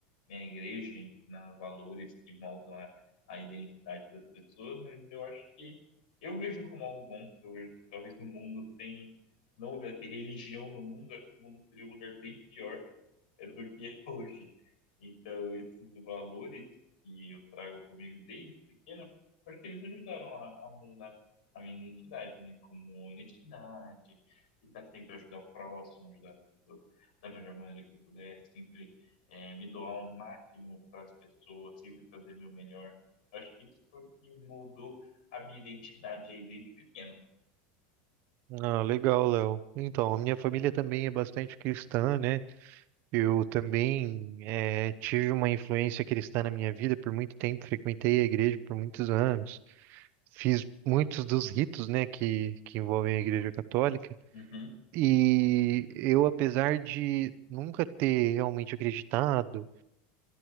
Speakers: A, on the left (about 85°); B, on the right (about 50°).
A: né? A igreja ensina valores que moldam a, a identidade das pessoas, mas eu acho que eu vejo como algo bom, eu vejo que talvez no mundo sem, não houvesse religião no mundo, acho que o mundo seria um lugar bem pior, <laughs> é do que é hoje. Então, esses valores que eu trago comigo desde pequeno, eu acho que eles ajudaram a, a mudar a minha identidade, né? Como honestidade, tentar sempre ajudar o próximo, ajudar as pessoas da melhor maneira que eu puder, sempre eh, me doar o máximo para as pessoas, sempre fazer meu melhor. Acho que isso foi o que mudou a minha identidade aí desde pequeno.
B: Ah, legal, Léo. Então, a minha família também é bastante cristã, né? Eu também eh, tive uma influência cristã na minha vida por muito tempo, frequentei a igreja por muitos anos, fiz muitos dos ritos, né, que, que envolvem a igreja católica.
A: Uhum,
B: E eu, apesar de nunca ter realmente acreditado,